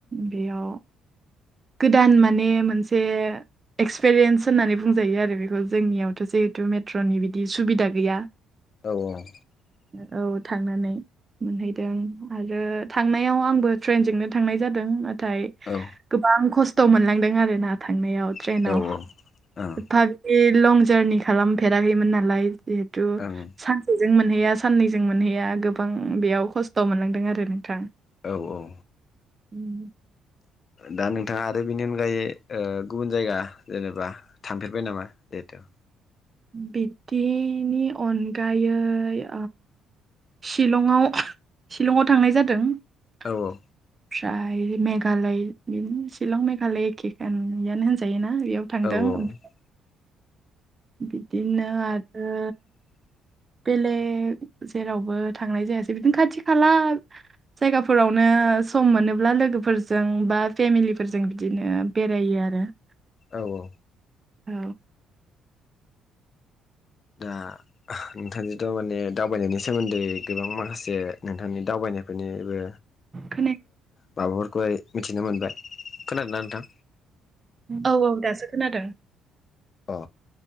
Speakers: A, on the right; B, on the left.
A: बेयाव गोदान माने मोनसे एक्सपेरयेन्स होननानै बुंजायो आरो बेखौ जोंनियावथ' जिहेथु मेट्र'नि बिदि सुबिदा गैया।
B: औ औ
A: औ थांनानै मोनहै आरो थांनायाव आंबो ट्रेनजोंनो थांनाय जादों। नाथाय
B: औ
A: गोबां खस्थ' मोनलांदों आरो ना थांनायाव ट्रेनाव
B: ओं
A: एफाब लं जारनि खालामफेराखैमोन नालाय जि
B: ओं
A: सानसेजों मोनहैया साननैजों मोनहैया गोबां बेयाव खस्थ' खस्थ' मोननांदों आरो नोंथां
B: औ औ
A: उम
B: दा नोंथांङा आरो बेनि अनगायै गुबुन जायगा जेनेबा थांफेरबाय नामा देथु
A: बिदिनि अनगायै शिलंआव शिलंआव थांनाय जादों
B: औ औ
A: <unintelligible> ओमफ्राय मेघालय बि शिलं मेघालय एकेकानयानो होनजायोना बेयाव थांदों
B: औ ओं
A: ओमफ्राय बिदिनो आरो बेलेग जेरावबो थांनाय जायासै बिदिनो खाथि खाला जायगाफोरावनो सम मोनोब्ला लोगोफोरजों बा फेमिलिफोरजों बिदिनो बेरायो आरो <inaudible>
B: औ औ
A: औ
B: दा नोंथांजोंथ' माने दावबायनायनि सोमोन्दै गोबां माखासे नोंथांनि दावबायनायफोरनिबो
A: खोनाया
B: माबाफोरखौहाय मिथिनो मोनबाय खोनादों ना नोंथां
A: औ औ दासो खोनादों
B: अ